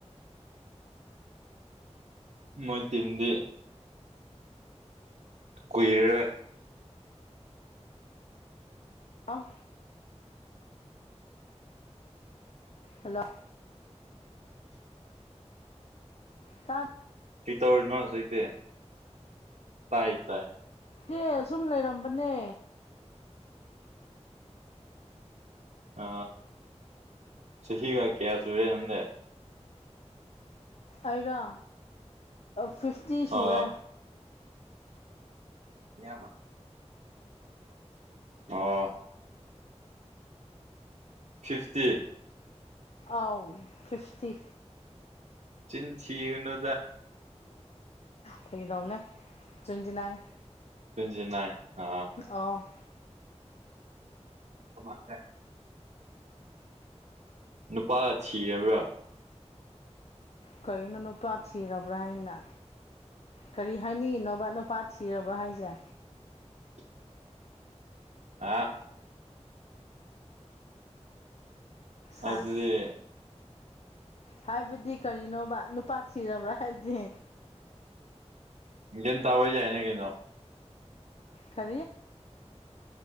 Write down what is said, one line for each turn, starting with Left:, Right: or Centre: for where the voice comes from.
Right: ꯃꯣꯏ ꯇꯤꯝꯗꯤ ꯀꯨꯏꯔꯔꯣꯏ
Left: ꯑꯣ ꯍꯜꯂꯣ ꯇꯥꯗ
Right: ꯀꯩ ꯇꯧꯔꯤꯅꯣ ꯍꯧꯖꯤꯛꯇꯤ ꯇꯥꯏ ꯇꯥꯏ
Left: ꯏꯦ ꯑꯁꯨꯝ ꯂꯩꯔꯝꯕꯅꯦ
Right: ꯑ ꯁꯤ ꯍꯤꯒꯀꯦꯌꯥ ꯁꯨꯔꯦ ꯅꯗꯦ
Left: ꯑꯩꯔ ꯐꯤꯐꯇꯤ ꯁꯨꯔꯦ
Right: ꯑ ꯆ ꯑ ꯐꯤꯞꯇꯤ
Left: ꯑꯥꯎ ꯐꯤꯐꯇꯤ
Right: ꯆꯤꯟꯁꯤꯅ
Left: ꯐꯗꯅꯦ ꯇ꯭ꯋꯦꯟꯇꯤ ꯅꯥꯏꯟ
Right: ꯇ꯭ꯋꯦꯟꯇ ꯅꯥꯏꯟ ꯑ
Left: ꯑꯣ
Right: ꯑꯃ ꯀ ꯅꯨꯄꯥꯒ ꯊꯤꯔꯕ꯭ꯔꯥ
Left: ꯀꯔꯤꯅꯣ ꯅꯨꯄꯥ ꯊꯤꯔꯕ꯭ꯔꯥ ꯍꯥꯏꯅ ꯀꯔꯤ ꯍꯥꯏꯅꯤ ꯅꯣꯕꯥꯠꯅꯣꯄꯥ ꯊꯤꯔꯕ꯭ꯔꯥ ꯍꯥꯏꯁꯦ
Right: <inaudible> ꯑꯥ
Left: ꯍꯥ
Right: ꯑꯗꯨꯗꯤ
Left: ꯍꯥꯏꯕꯗꯤ ꯀꯔꯤꯅꯣꯕ ꯅꯨꯄꯥ ꯊꯤꯔꯕ꯭ꯔꯥ ꯍꯥꯏꯕꯗꯤ
Right: ꯒꯅ ꯇꯥꯕ ꯌꯥꯏꯅꯦ ꯀꯩꯅꯣ
Left: ꯀꯦ